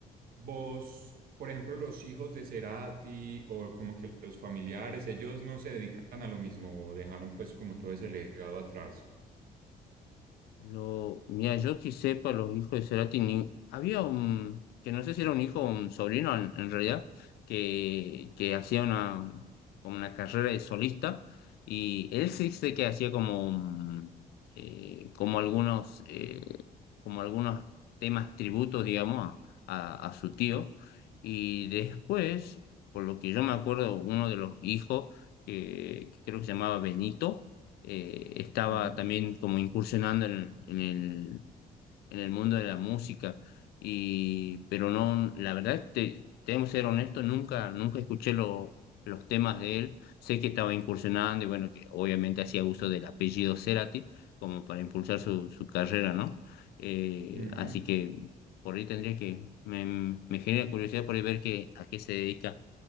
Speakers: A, on the right; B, on the left.
A: vos, por ejemplo, los hijos de Cerati o como que los familiares, ellos no se dedican a lo mismo o dejaron pues como todo ese legado atrás.
B: Lo, mira, yo que sepa, los hijos de Cerati, ni- había un, que no sé si era un hijo o un sobrino en, en realidad, que, que hacía una, como una carrera de solista, y él sí sé que hacía como, un, eh, como algunos, eh, como algunos temas tributos, digamos, a, a a su tío, y después, por lo que yo me acuerdo, uno de los hijos, que, que creo que se llamaba Benito, eh, estaba
A: Ujú,
B: también como incursionando en, en el, en el mundo de la música, y, pero no, la verdad, es que te, tenemos que ser honestos, nunca, nunca escuché lo- los temas de él, sé que estaba incursionando y bueno, que obviamente hacía uso del apellido Cerati como para impulsar su, su carrera, ¿no? Eh,
A: ujú.
B: así que por ahí tendría que, me, me genera curiosidad por ahí ver que, a qué se dedica